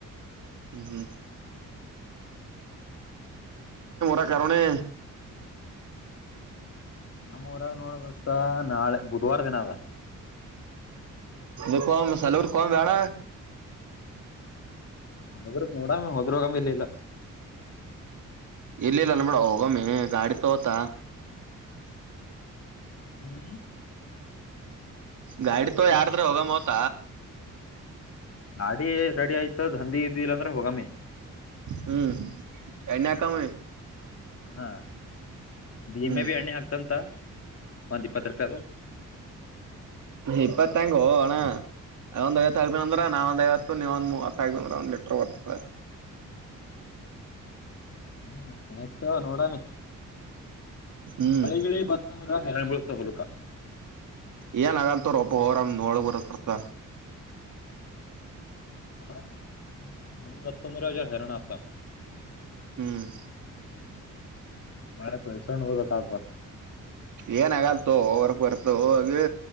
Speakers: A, on the right (about 70°); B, on the left (about 50°).
A: ಹ್ಮ್ ಹ್ಮ್ <unintelligible> ಕಾರಣೆ
B: ನಮ್ಮೂರಾಗ ನೋಡದಸತ ನಾಳೆ ಬುಧವಾರ ದಿನದ
A: ಇಕ್ಕ ಸಾಲೂರ್ ಹೋಗೋದು ಬೇಡ
B: ಸಾಲೂರ್ ನೋಡಂ ಹೋದ್ರ ಹೋಗಂಬ ಇಲ್ಲಿ ಇಿಲ್ಲ
A: ಇಲ್ಲಿ ಇಲ್ಲಬಿಡು ಹೋಗಮೀ ಗಾಡಿ ತಕೋತ
B: ಹ್ಮ್
A: ಗಾಡಿ ತೋಕೋ ಯಾರದ್ರೆ ಹೋಗಮೋತ
B: ನಾಡಿರೆಡಿ ಆಯ್ತು ಹಂದಿಇದ್ದಿಲ್ಲ ಅಂದ್ರ ಹೋಗಮ್ಮಿ
A: ಹ್ಮ್ ಎಣ್ಣೆ ಹಾಕಮ
B: ಹಾ ಭೀಮೆ
A: ಹ್ಮ್
B: ಬಿ ಎಣ್ಣೆ ಹಾಕ್ತಂತ ಒಂದ್ ಇಪ್ಪತ್ ರೂಪಾಯಿ ಅದು
A: ಹ್ಮ್ ಇಪತ್ತು ಹೆಂಗೋ ಅಣ್ಣ ಅ ಒಂದ್ಐವತ್ತು ಹಾಕ್ತಿನಿ ಅಂದ್ರ ನಾನ್ ಒಂದು ಐವತ್ತು ನೀವ ಒಂದು ಮೂವತ್ತು ಹಾಕ್ತು ಅಂದ್ರ ಒಂದ್ ಲೀಟರ್ ಬರ್ತದೆ
B: ಹ ಆಯ್ತು ತಕೊ ನೋಡಮಿ
A: ಹ್ಮ್
B: ಮಳೆ ಗೇಲ್ ಬತ್ತದ ಹೆ ಬಳತ ಹಲಕ
A: ಏನ್ ಆಗಲ್ತೋರ್ ಒಪ್ಪ ಹೋಗ್ರಮ ನೋಳಗ್ ಬರ ಬರ್ತಾ
B: <unintelligible> ಮಳಿ ಬತ್ತಂದ್ರ ಹರನ ಅತ
A: ಹ್ಮ್
B: ಮಳೆತ್ ಹೆಸಣ ಹೋದಕ್ ಆಗ್ತ
A: ಏನ್ ಆಗಲ್ತ ಹೊರ್ಕ್ ಬರ್ತ ಹೋಗಿ